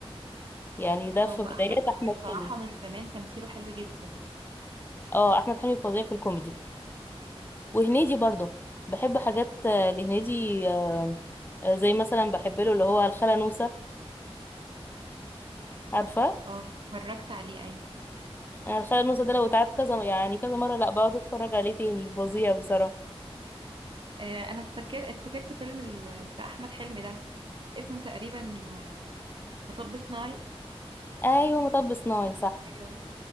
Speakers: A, on the left (about 20°); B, on the right (about 50°).
A: يعني ده في
B: هو
A: بدايات
B: احمد حلمي
A: احمد
B: بصراحه
A: حلمي
B: من زمان تمثيله حلو جدا
A: اه احمد حلمي فظيع في الكوميدي وهنيدي برضه بحب حاجات آه، لهنيدي آه، زي مثلا بحب له اللي هو الخالة نوسة عارفه
B: اه اتفرجت عليه ايوه
A: انا الخيال المسلسل ده لو اتعاد كذا يعني كذا مره لا بقعد اتفرج عليه تاني فظيع بصراحه
B: آه انا افتكر افتكرت فيلم ال... بتاع احمد حلمي ده اسمه تقريبا آه، مطب صناعي
A: ايوه مطب صناعي صح
B: ايوه